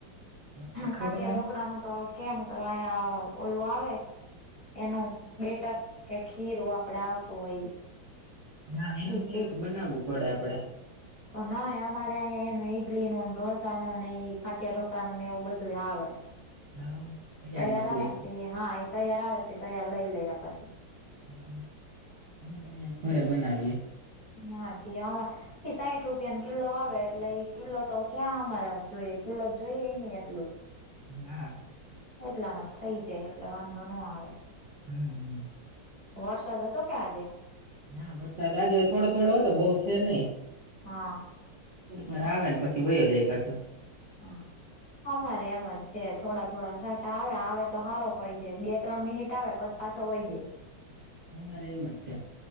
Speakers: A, on the right (about 85°); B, on the left (about 25°).
A: વરસાદ
B: ખાટિયા
A: છે તમારે
B: ઢોકળા ન તો કેમ કરવાયા ઓલું આવે એનું બેટર કે ખીર આપડે આવતું હોય.
A: નાા એનું
B: ઈ
A: કેવ
B: ચીજ
A: બનાવવું પડે આપડે
B: તો નહી અમારે અહીંયા એનું ઈડલી ન ઢોસા નું નને ખાટિયા ઢોકળાનું ને એવું બધું આવે.
A: હા.
B: તૈયાર
A: મળતું
B: આવે
A: હોય
B: ને ત હા એ તૈયાર આવે ત તૈયાર લઈ લે પછી.
A: હા અમે તો અહિયાં ખરે બનાવીએ.
B: <unintelligible> આવા એ સાઈઠ રૂપિયા ન કિલો આવે એટલે એ કિલો તો ક્યાં અમારા જોઈએ કિલો જોઈએ નહી એટલું.
A: હમ
B: એટલામાં થઇ જાય એટલે વાંધો ન આવે
A: હમ હમ
B: વરસાદ હતો કે આજે
A: હા વરસાદ આજે થોડો થોડો હતો બઉ છે નહી.
B: હા
A: થ મારે આવે ને પછી વયયો જાય પાછો.
B: હા અમારે એમ જ છે થોડા થોડા સટા આવે આવે તો હારો પડી જાય બે ત્રણ મિનિટ આવે. પાછો હોય ગ
A: અરે એમ જ છે.